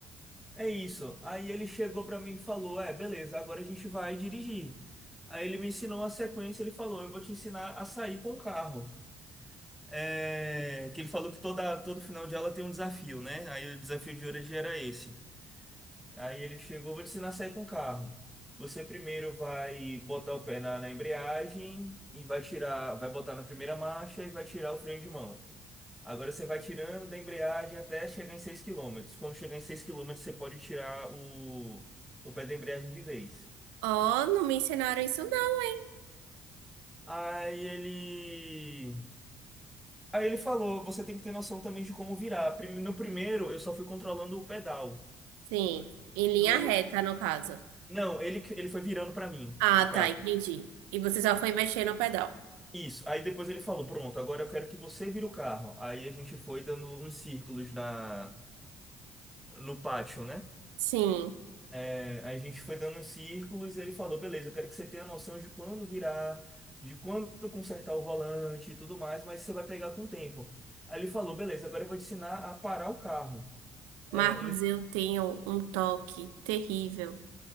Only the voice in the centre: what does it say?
é isso. Aí ele chegou para mim e falou: É, beleza, agora a gente vai dirigir. Aí ele me ensinou a sequência, ele falou: Eu vou te ensinar a sair com o carro. É, que ele falou que toda, todo final de aula tem um desafio, né? Aí o desafio de hoje era esse. Aí ele chegou: Vou te ensinar a sair com o carro. Você primeiro vai botar o pé na, na embreagem e vai tirar, vai botar na primeira marcha e vai tirar o freio de mão. Agora você vai tirando da embreagem até chegar em seis quilômetros Quando chegar em 6 quilômetros você pode tirar o, o pé da embreagem de vez.
Aí ele. Aí ele falou: você tem que ter noção também de como virar. Prime- No primeiro, eu só fui controlando o pedal.
No...
no-
Não, ele, que- ele foi virando pra mim
o carro.
Isso. Aí depois ele falou: pronto, agora eu quero que você vire o carro. Aí a gente foi dando uns círculos na... no pátio, né?
É, a gente foi dando uns círculos e ele falou, beleza, eu quero que você tenha noção de quando virar, de quando consertar o volante e tudo mais, mas você vai pegar com o tempo. Aí ele falou, beleza, agora eu vou te ensinar a parar o carro. É,
ele falou,